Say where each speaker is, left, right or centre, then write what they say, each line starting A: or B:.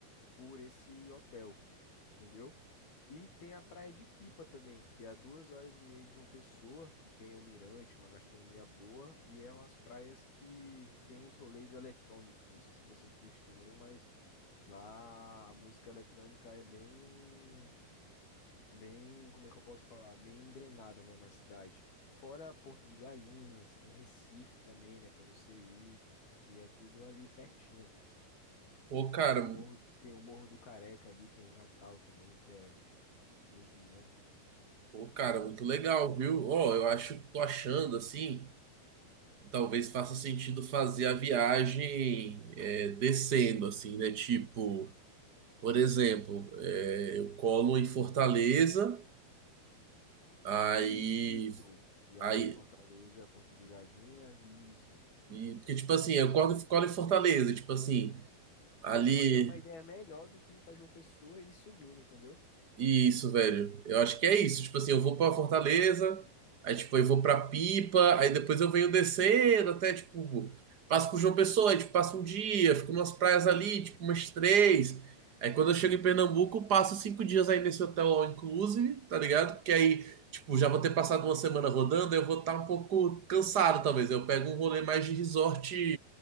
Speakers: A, on the left (about 75°); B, on the right (about 60°).
A: por esse hotel, entendeu? E tem a Praia de Pipa também, que é a duas horas e meia de João Pessoa, que tem o mirante, uma gastronomia boa, e é umas praias que tem uns rolês eletrônicos. Não sei se você curte também, mas Lá a música eletrônica é bem, bem, como é que eu posso falar? Bem engrenada, né, na cidade. Fora Porto de Galinhas, tem Recife também, né, para você ir, que é tudo ali pertinho.
B: Pô, cara,
A: Tem o Morro, tem o Morro do Careca ali, que é em Natal também, que é muito bom.
B: Pô, cara, muito legal, viu? Ó, eu acho, tô achando assim, que talvez faça sentido fazer a viagem é, descendo, assim, né? Tipo, por exemplo, é, eu colo em Fortaleza, aí,
A: Isso. E aí
B: aí,
A: Fortaleza, Porto de Galinhas, isso.
B: e- porque tipo assim, eu colo, colo em Fortaleza, tipo assim, ali.
A: Você deu até uma ideia melhor do que ir para João Pessoa e ir subindo, entendeu?
B: Isso, velho. Eu acho que é isso. Tipo assim, eu vou pra Fortaleza, aí tipo, eu vou pra Pipa, aí depois eu venho descendo até tipo, passo por João Pessoa, aí tipo, passo um dia, fico nas praias ali, tipo, umas três. Aí quando eu chego em Pernambuco,
A: Isso.
B: passo cinco dias aí nesse hotel all inclusive, tá ligado? Porque aí, tipo, já vou ter passado uma semana rodando, eu vou estar um pouco cansado, talvez. Eu pego um rolê mais de resort